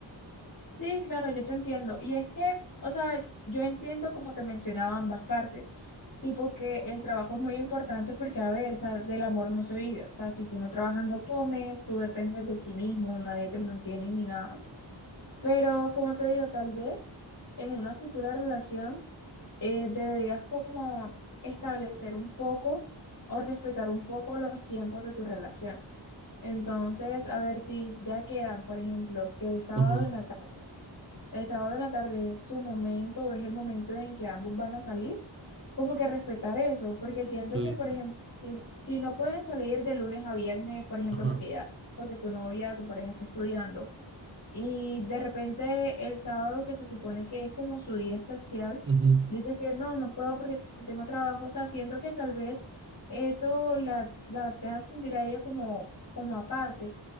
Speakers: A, on the left; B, on the right.
A: Sí, claro, yo te entiendo. Y es que, o sea, yo entiendo como te mencionaba ambas partes, tipo que el trabajo es muy importante porque, a ver, o sea, del amor no se vive. O sea, si tú no trabajas no comes, tú dependes de ti mismo, nadie te mantiene ni nada. Pero, como te digo, tal vez en una futura relación eh, deberías como establecer un poco o respetar un poco los tiempos de tu relación. Entonces, a ver si ya quedan, por ejemplo, que el sábado
B: Ajá,
A: en la tarde. El sábado en la tarde es su momento, es el momento en que ambos van a salir. Como que respetar eso, porque siento
B: sí,
A: que, por ejemplo, si, si no pueden salir de lunes a viernes, por ejemplo,
B: ajá,
A: porque ya, porque tu novia, tu pareja está estudiando, y de repente el sábado, que se supone que es como su día especial,
B: ujú,
A: dices que no, no puedo porque tengo trabajo, o sea, siento que tal vez eso la, la deja sentir a ella como, como aparte